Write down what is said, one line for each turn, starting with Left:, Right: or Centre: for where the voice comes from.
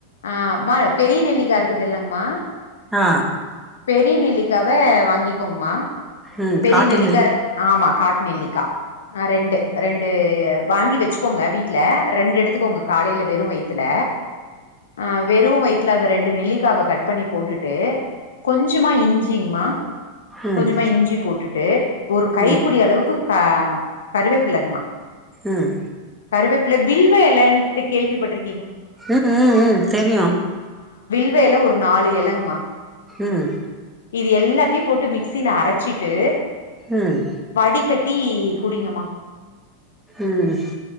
Left: ஆஹ மா பெரிய நெல்லிக்கா இருக்குதுல்லங்கமா
Centre: ஆ
Left: பெரிய நிலை க்காவ வாங்கிக்கோங்கமா
Centre: ம்
Left: பெரிய
Centre: காட்டு
Left: நெல்லிக்கா ஆமா காட்டு நெல்லிக்கா ஆ ரெண்டு ரெண் டு வாங்கி வச்சிக்கோங்க வீட்ல ல ரெண்டு எடுத்துக்கோங்க காலையில வெறும் வயிறத்துல ஆ வெறும் வயித்துல அந்த ரெண்டு நெல்லிக்காவ கட் பண்ணி போட்டுட்டு கொஞ்சமா இஞ்சி ங்மா
Centre: ம்
Left: கொஞ்சமா இஞ்சி போட்டுட்டு ஒரு கைபுடி
Centre: ம்
Left: அளவுக்கு கா கருவேப் பிலங்மா
Centre: ம்
Left: கருவேப்பில வில்வே எலன்ட்டு கேள்விப்பட்டிரு
Centre: ம் ம் ம் தெரியும்
Left: முருங்க எல ஒரு நாலு இலைங்க அ
Centre: ம்
Left: இது எல்லாத் டி போட்டு மிக்சில அரைச்சி ட்டு
Centre: ம்
Left: வடிகட்டி குடிங்கம்மா
Centre: ம்